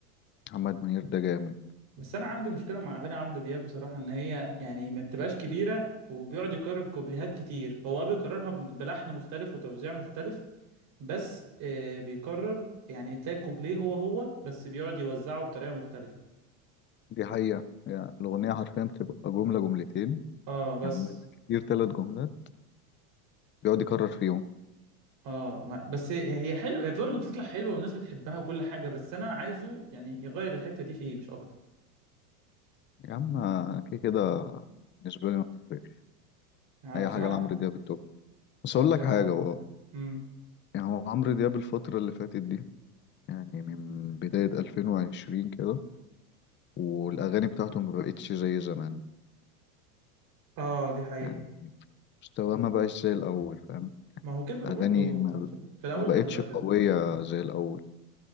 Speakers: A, on the left; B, on the right.
A: محمد منير ده جامد
B: بس انا عندي مشكله مع اغاني عمرو دياب بصراحه ان هي يعني ما بتبقاش كبيره وبيقعد يكرر كوبليهات كتير هو آه بيكررها ب- بلحن مختلف وتوزيع مختلف بس آه بيكرر يعني تلاقي كوبليه هو هو بس بيقعد يوزعه بطريقه مختلفه
A: دي حقيقة يعني الأغنية حرفيا بتبقى جملة جملتين
B: اه بس
A: يعني كتير تلات جملات بيقعد يكرر فيهم
B: اه ما بس هي هي حلوه هي برضه بتطلع حلوه والناس بتحبها وكل حاجه بس انا عايزه يعني يغير الحته دي فيه مش اكتر
A: يا عم آه، كده كده بالنسبة لي ما بتفرقش
B: يعني
A: اي
B: بصراحه
A: حاجه لعمرو دياب التوب بس
B: انا
A: اقول
B: بصراحه
A: لك حاجه
B: بحب
A: هو
B: امم
A: يعني هو عمرو دياب الفتره اللي فاتت دي يعني من بدايه 2020 كده والاغاني بتاعته ما بقتش زي زمان
B: اه دي حقيقه
A: يعني مستواه ما بقاش زي الاول فاهم
B: ما هو كبر
A: الاغاني
B: برضه هو
A: ما
B: في, ال... في الاول
A: ما بقتش
B: كان راجل
A: قويه
B: شاب
A: زي الاول